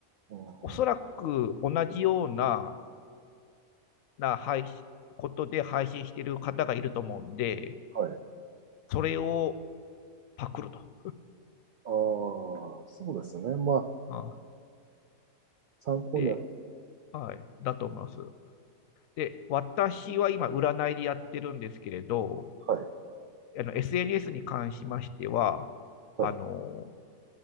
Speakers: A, on the right (about 70°); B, on the left (about 75°).
A: うんうん
B: おそらく同じような、な配信、ことで配信している方がいると思うんで、
A: はい。
B: それをパクると。
A: ああ、そうですね。まあ、
B: あ
A: 参考には、
B: で、
A: ね。
B: はい、だと思います。で、私は今、占いでやってるんですけれど、
A: はい。
B: あの SNS に関しましては、
A: はい。
B: あの、